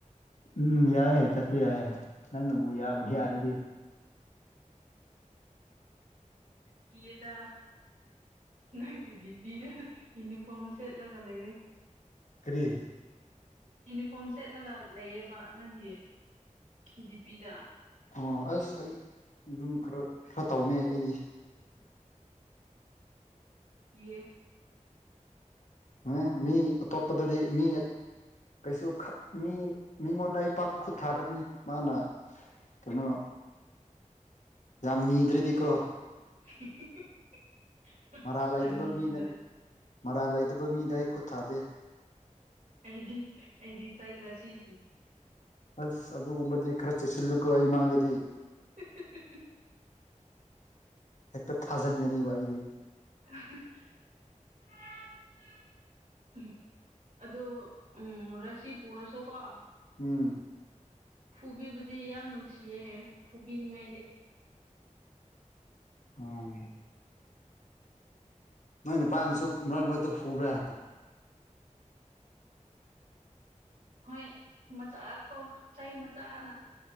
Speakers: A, on the left; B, on the right.
A: ꯎꯝ ꯌꯥꯏ ꯆꯠꯄ ꯌꯥꯏ ꯅꯪꯅꯕꯨ ꯌꯥꯕꯨ ꯌꯥꯔꯗꯤ
B: ꯀꯤꯔꯦꯗꯥ ꯅꯪꯒꯤꯗꯤ ꯄꯤꯔ ꯏꯅꯤꯐ꯭ꯣꯔꯝ ꯁꯦꯠꯂꯒ ꯂꯩꯌꯦ
A: ꯀꯔꯤ
B: ꯏꯅꯤꯐ꯭ꯣꯔꯝ ꯁꯦꯠꯂꯒ ꯂꯩꯌꯦꯕ ꯅꯪꯒꯤ ꯗꯤ ꯄꯤꯗ
A: ꯑꯣ ꯑꯁ ꯑꯩ ꯗꯨꯝ ꯈꯔ ꯈꯔ ꯇꯧꯕꯅꯦ ꯑꯩꯒꯤ
B: ꯀꯤꯌꯦ
A: <unintelligible> ꯃꯤ ꯑꯇꯣꯞꯄꯗꯗꯤ ꯃꯤ ꯀꯩꯁꯨ ꯈꯠ ꯃꯤ ꯃꯤꯉꯣꯟꯗ ꯑꯩ ꯄꯥꯛ ꯈꯨꯠ ꯊꯥꯗꯕꯅꯤ ꯃꯥꯅ ꯀꯩꯅꯣ ꯌꯥꯝ ꯅꯤꯗ꯭ꯔꯥꯗꯤꯀꯣ
B: <unintelligible>
A: ꯃꯔꯥꯜ ꯂꯩꯇꯕ
B: ꯌꯥꯝ ꯅꯤꯗ꯭ꯔꯗꯤ
A: ꯃꯤꯗ ꯃꯔꯥꯜ ꯂꯩꯇꯕ ꯃꯤꯗ ꯑꯩ ꯈꯨꯠ ꯊꯥꯗꯦ
B: ꯑꯩꯗꯤ ꯑꯩꯗꯤ ꯆꯩꯔꯁꯤ
A: ꯑꯁ ꯑꯗꯨꯒꯨꯝꯕꯗꯤ ꯈꯔ ꯆ‌ꯦꯁꯤꯜꯂꯨꯀꯣ ꯑꯩ ꯃꯥꯡꯗꯗꯤ
B: <unintelligible>
A: ꯍꯦꯛꯇ ꯊꯥꯖꯤꯟꯒꯅꯤꯕ ꯑꯩꯗꯤ
B: <unintelligible> ꯑꯗ‌ꯣ ꯎꯝ ꯔꯁꯤ ꯄꯨꯔꯁꯨꯀꯣ
A: ꯎꯝ
B: ꯐꯨꯕꯤꯕꯗꯤ ꯌꯥꯝ ꯅꯨꯡꯁꯤꯌꯦ ꯐꯨꯕꯤꯅꯤꯡꯉꯥꯏꯗꯤ
A: ꯑꯪ ꯅꯪ ꯅꯨꯄꯥꯅꯁꯨ ꯃꯔꯛ ꯃꯔꯛꯇ ꯐꯨꯕ꯭ꯔꯥ
B: ꯍꯣꯏ ꯃꯆꯥ ꯀꯣ ꯆꯩ ꯃꯆꯥꯅ